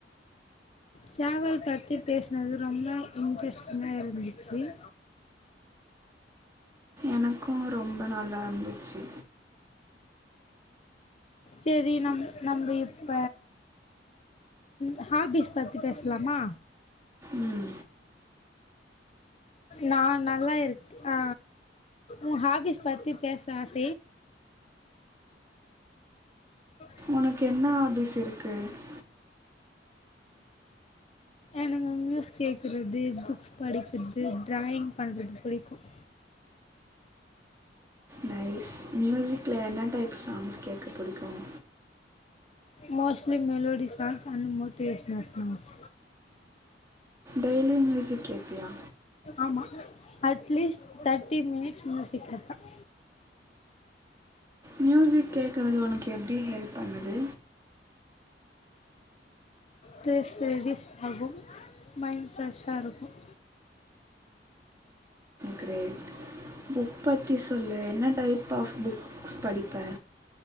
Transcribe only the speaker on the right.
எனக்கும் ரொம்ப நல்லா இருந்துச்சு
ம்
உனக்கு என்ன ஹாபிஸ் இருக்குது
நைஸ் மியூசிக்கில் என்ன டைப் சாங்ஸ் கேட்க புடிக்கும்
daily music கேட்பியா
மியூசிக் கேக்குனது உனக்கு எப்படி ஹெல்ப் பண்ணுது
கிரேட் புக் பத்தி சொல்லு என்ன டைப் ஆப் புக்ஸ் படிப்பே